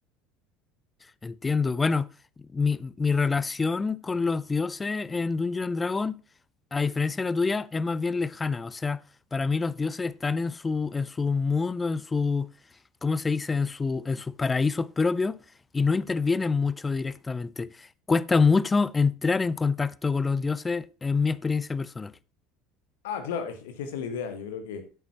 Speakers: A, on the left; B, on the left.
A: Entiendo. Bueno, mi, mi relación con los dioses en Dungeon and Dragon, a diferencia de la tuya, es más bien lejana. O sea, para mí los dioses están en su, en su mundo, en su, ¿cómo se dice? En su, en sus paraísos propios y no intervienen mucho directamente. Cuesta mucho entrar en contacto con los dioses en mi experiencia personal.
B: Ah, claro, es, es que esa es la idea. Yo creo que